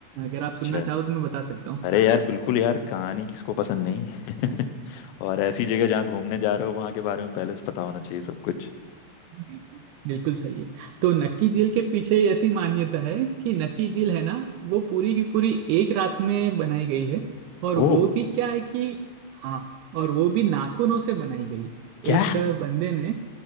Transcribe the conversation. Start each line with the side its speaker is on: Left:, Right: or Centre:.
Right: अगर आप
Left: अच्छा
Right: सुनना चाहो तो मैं बता सकता हूँ
Left: अरे यार बिल्कुल यार कहानी किसको पसंद नहीं <laughs> और ऐसी जगह जहाँ घूमने जा रहे हो वहां के बारे में पहले से पता होना चाहिए सब कुछ
Right: बिल्कुल बिल्कुल सही है तो नक्की झील के पीछे ऐसी मान्यता है कि नक्की झील है ना वो पूरी की पूरी एक रात में बनाई गई है और
Left: ओ
Right: वो भी क्या है कि हाँ और वो भी नाखूनों से बनाई गई
Left: क्या
Right: एक बंदे ने